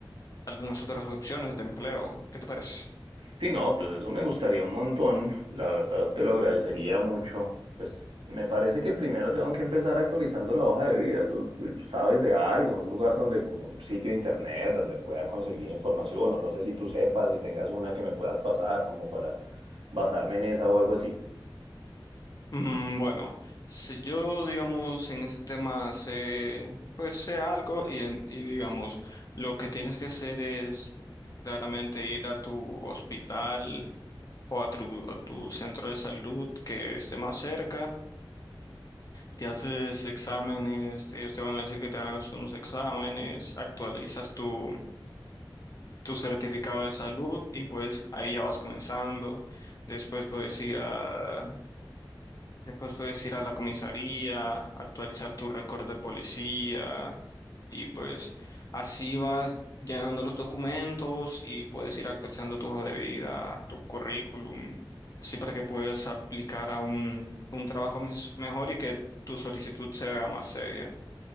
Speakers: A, on the left (about 45°); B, on the right (about 85°).
A: algunas otras opciones de empleo. ¿Qué te parece?
B: Sí, no, pues eso me gustaría un montón. La verdad, te lo agradecería mucho. Pues me parece que primero tengo que empezar actualizando la hoja de vida. Tú, tú sabes de algo, un lugar donde, como un sitio de internet, donde pueda conseguir información, o no sé si tú sepas, si tengas una que me puedas pasar, como para basarme en esa o algo así.
A: Mm, bueno, si yo, digamos, en ese tema sé, pues sé algo y, en- y, digamos, lo que tienes que hacer es claramente ir a tu hospital o a tu, a tu centro de salud que esté más cerca Te haces exámenes, ellos te van a decir que te hagas unos exámenes, actualizas tu, tu certificado de salud y pues ahí ya vas comenzando. Después puedes ir a, después puedes ir a la comisaría, actualizar tu récord de policía y pues así vas llenando los documentos y puedes ir actualizando tu hoja de vida, tu currículum, así para que puedas aplicar a un, un trabajo mes- mejor y que tu solicitud se vea más seria.